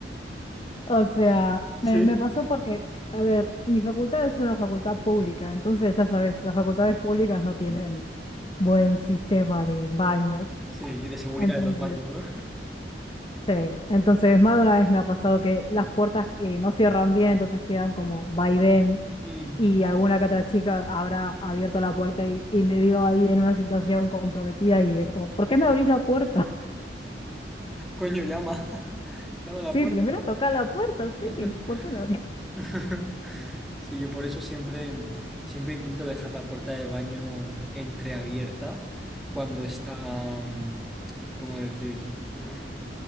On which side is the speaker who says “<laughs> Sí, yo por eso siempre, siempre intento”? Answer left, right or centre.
Centre